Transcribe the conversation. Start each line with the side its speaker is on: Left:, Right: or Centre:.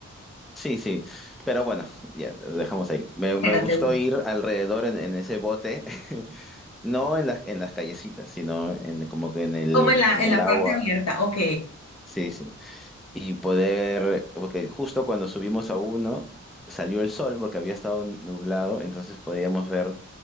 Centre: Sí, sí, pero bueno, ya lo dejamos ahí. Me, me
Left: En la
Centre: gustó
Left: Tegus.
Centre: ir alrededor en, en ese bote, <laughs> no en las, en las callecitas, sino en, como que en el,
Left: Como en la,
Centre: en
Left: en
Centre: el
Left: la
Centre: agua.
Left: parte abierta. Ok.
Centre: Sí, sí. y poder, porque justo cuando subimos a uno, salió el sol porque había estado nublado, entonces podíamos ver